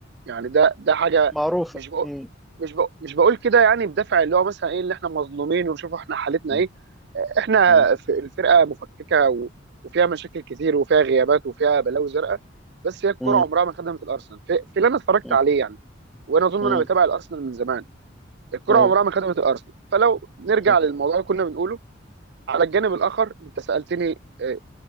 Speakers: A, on the right; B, in the centre.
A: يعني ده ده حاجه
B: معروفه
A: مش بقول
B: م-
A: مش بقول مش بقول كده يعني بدافع اللي هو مثلا ايه اللي احنا مظلومين وشوفوا احنا حالتنا
B: م-
A: ايه احنا
B: م-
A: في الفرقه مفككه و... وفيها مشاكل كتير وفيها غيابات وفيها بلاوي زرقاء بس هي الكره
B: م-
A: عمرها ما خدمت الارسنال في, في اللي انا اتفرجت
B: م-
A: عليه يعني وانا اظن
B: م-
A: انا بتابع الارسنال من زمان الكره
B: ايوه
A: عمرها ما خدمت الارسنال فلو نرجع
B: ايوه
A: للموضوع اللي كنا بنقوله على الجانب الاخر انت سالتني آه،